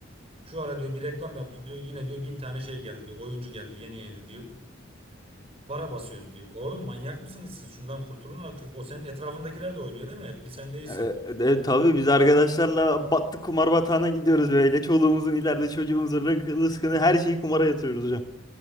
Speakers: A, on the right; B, on the left.
A: Şu ara diyor bir reklam yaptık diyor. Yine diyor bin tane şey geldi diyor. Oyuncu geldi yeni yeni diyor. Bara basıyoruz diyor. Oğlum manyak mısınız siz? Şundan kurtulun artık. O senin etrafındakiler de oynuyor değil mi? Hep bir sen değilsin.
B: E, e, tabii biz arkadaşlarla battık kumar batağına gidiyoruz böyle. Çoluğumuzun ileride çocuğumuzun rızkını her şeyi kumara yatırıyoruz hocam.